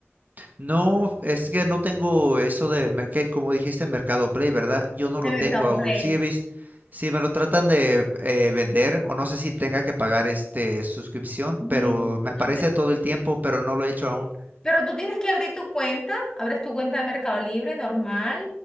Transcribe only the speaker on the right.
No, es que no tengo eso de, mer- que, como dijiste, Mercado Play, ¿verdad? Yo no
lo
tengo aún.
Sí, he vis- sí me lo tratan de eh, vender, o no sé si tenga que pagar este suscripción,
pero me aparece
todo el tiempo, pero no lo he hecho aún.